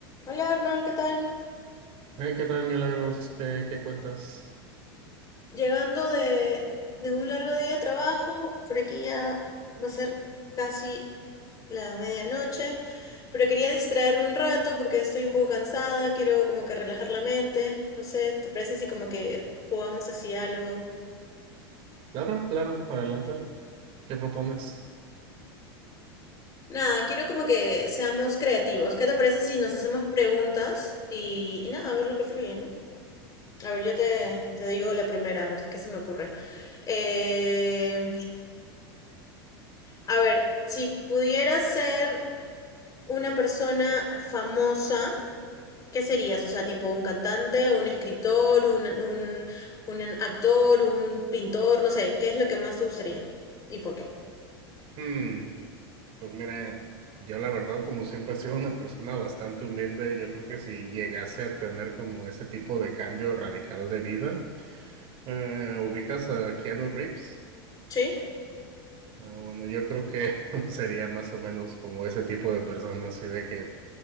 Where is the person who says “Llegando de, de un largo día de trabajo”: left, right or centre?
Left